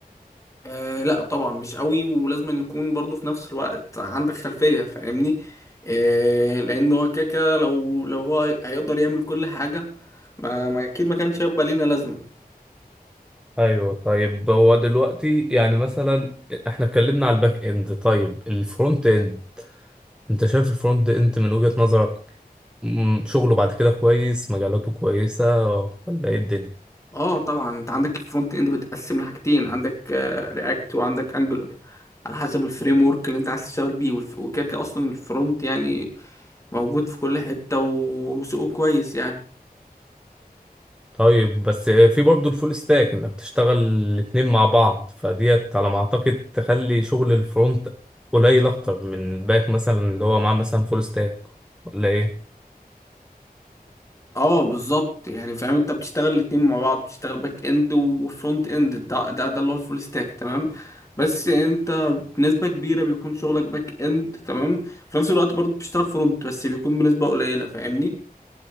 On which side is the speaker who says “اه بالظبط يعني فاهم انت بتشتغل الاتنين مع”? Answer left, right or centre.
Left